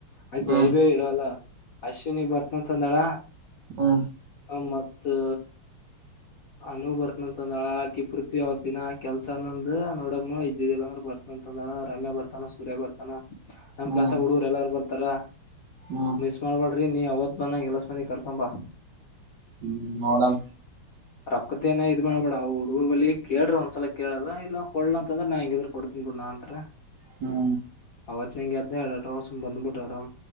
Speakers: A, on the left; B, on the right.
A: ಆಕಿ
B: ಹ್ಮ್
A: ವೈಭವಿಗ
B: ಹ್ಮ್
A: ಅಲ್ಲ ಅಶ್ವಿನಿ ಬರ್ತನಂತ್ ಅಂದಳ
B: ಹ್ಮು
A: ಹಮತ್ತೂ ಅನು ಬರ್ತನಂತಂದಾಳ ಆಕಿ ಪೃಥ್ವಿ ಅವತ್ ದಿನಾ ಕೆಲ್ಸ ನಂದು ನೋಡಮ್ಮ ಇದ್ದಿದಿಲ್ಲ ಅಂದ್ರೆ ಬರ್ತನ ಅಂತಂದ್ದಳ ರಮ್ಯಾ ಬರ್ತನ ಸೂರ್ಯ ಬರ್ತನ ನಮ್
B: ಹ್ಮ್
A: ಕ್ಲಾಸ್ಸಗೆ ಹುಡುಗರು ಎಲ್ಲಾರಿಗು ಒಂತರ
B: ಹ್ಮ್
A: ಮಿಸ್ ಮಾಡಬಾರ್ದ್ ರೀ ನೀ ಅವತ್ ಬಂದಂಗೆ ಎಲಸ ಮಂದಿ ಕರ್ಕೊಂಡ್ಬಾ
B: ಹ್ಮು ನೋಡಣ
A: ರೊಕ್ಕೊದೇನ್ ಇದ್ ಮಾಡ್ಬೇಡ ಅವು ಹುಡುಗರ್ ಬಲ್ಲಿ ಕೇಳ್ರು ಒಂದ್ಸಲ ಕೇಳೋದ ಇಲ್ಲ ಕೊಡ್ಲಿಲ್ಲ ಅಂದ್ರ ನಾ ಹೆಂಗಿದ್ರು ಕೊಡ್ತಿನಿ ಗುಣ್ಂತರ
B: ಹ್ಮು
A: ಅವತ್ ನಿಂಗೆದ್ದೆ ನೆಟ್ವಗ್ ಸುಮ್ ಬಂದ್ಬಿಟಾಣೌ